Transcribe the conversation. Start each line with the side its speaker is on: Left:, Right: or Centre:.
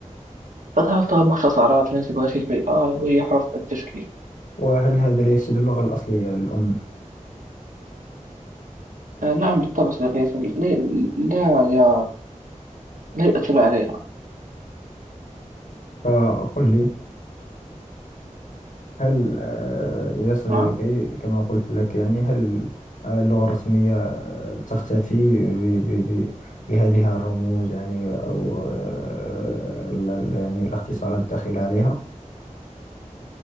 Right: تظهر مختصرات تناسب هذه البيئة وهي حروف التشكيل
Left: وهل هذا لا يفسد اللغة الأصلية الأم
Right: آه نعم بالطبع صديقي ياسمين لا لا يا لا يؤثر عليها
Left: فقل لي هل آه، يا صديقي
Right: نعم
Left: كما قلت لك يعني هل آه، اللغة الرسمية آه، تختفي ب- ب- ب- بهذه الرموز يعني أو آه، ال- ال- يعني الاختصارات الداخلة عليها